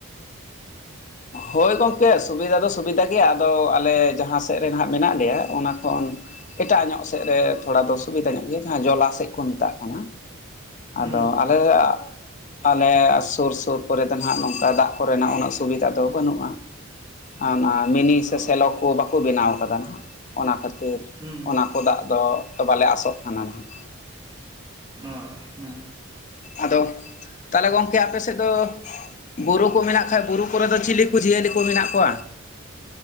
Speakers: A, on the left (about 35°); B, on the right (about 15°).
A: ᱦᱳᱭ ᱜᱚᱢᱠᱮ ᱥᱩᱵᱤᱫᱷᱟ ᱫᱚ ᱥᱩᱵᱤᱫᱷᱟ ᱜᱮᱭᱟ᱾ ᱟᱫᱚ ᱟᱞᱮ ᱡᱟᱦᱟᱸ ᱥᱮᱫ ᱨᱮ ᱦᱟ ᱢᱮᱱᱟᱜ ᱞᱮᱭᱟ ᱚᱱᱟ ᱠᱷᱚᱱ ᱮᱴᱟᱜ ᱧᱚᱜ ᱥᱮᱫ ᱨᱮ ᱛᱷᱚᱲᱟ ᱫᱚ ᱥᱩᱵᱤᱫᱟ ᱧᱚᱜ ᱜᱮᱭᱟ᱾ ᱡᱟᱦᱟᱸ ᱡᱚᱞᱟ ᱥᱮᱡ ᱠᱚ ᱢᱮᱛᱟᱜ ᱠᱟᱱᱟ᱾
B: ᱦᱩᱸ
A: ᱟᱫᱚ
B: ᱦᱩᱸ
A: ᱟᱞᱮᱭᱟᱜ ᱟᱞᱮ ᱥᱩᱨ ᱥᱩᱨ ᱠᱚᱨᱮ ᱫᱚ ᱱᱟᱱᱟᱜ ᱱᱚᱝᱠᱟ ᱫᱟᱜ ᱠᱚᱨᱮᱱᱟᱜ ᱩᱱᱟᱹᱜ ᱥᱩᱵᱤᱫᱟ ᱫᱚ ᱵᱟᱹᱱᱩᱜᱼᱟ ᱚᱱᱟ ᱢᱤᱱᱤ ᱥᱮ
B: ᱚ
A: ᱥᱮᱞᱚ ᱠᱚ ᱵᱟᱠᱚ ᱵᱮᱱᱟᱣ ᱠᱟᱫᱟ ᱱᱟᱦᱟᱜ᱾ ᱚᱱᱟ ᱠᱷᱟᱹᱛᱤᱨ
B: ᱦᱩᱸ
A: ᱚᱱᱟ ᱠᱚ ᱫᱟᱜ ᱫᱚ ᱵᱟᱞᱮ ᱟᱥᱚᱜ ᱠᱟᱱᱟ ᱱᱟᱦᱟᱜ᱾
B: ᱚ ᱦᱚᱸ᱾
A: ᱟᱫᱚ ᱛᱟᱞᱦᱮ ᱜᱚᱝᱠᱮ ᱟᱯᱮ ᱥᱮᱫ ᱫᱚ ᱵᱩᱨᱩ ᱠᱚ ᱢᱮᱱᱟᱜ ᱠᱷᱟᱡ ᱵᱩᱨᱩ ᱠᱚᱨᱮ ᱫᱚ ᱪᱤᱞᱤ ᱠᱚ ᱡᱤᱭᱟᱹᱞᱤ ᱠᱚ ᱢᱮᱱᱟᱜ ᱠᱚᱣᱟ?